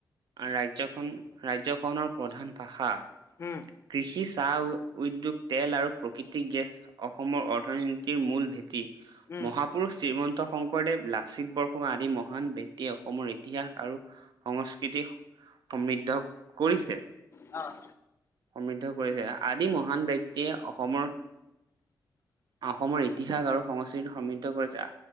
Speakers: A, on the right (about 75°); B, on the left (about 40°).
A: ৰাজ্যখন ৰাজ্যখনৰ প্ৰধান ভাষা
B: উম,
A: কৃষি চাহ উদ্যোগ তেল আৰু প্ৰকৃতিক গেছ অসমৰ অৰ্থনীতিৰ মূল ভেটি
B: উম,
A: মহাপুৰুষ শ্ৰীমন্ত শংকৰদেৱ লাচিত বৰফুঙা আদি মহান ব্যক্তিয়ে অসমৰ ইতিহাস আৰু সংস্কৃতি সমৃদ্ধ কৰিছে
B: অ'।
A: সমৃদ্ধ কৰিছে আদি মহান ব্যক্তিয়ে অসমৰ অসমৰ ইতিহাস আৰু সংস্কৃতি সমৃদ্ধ কৰি যা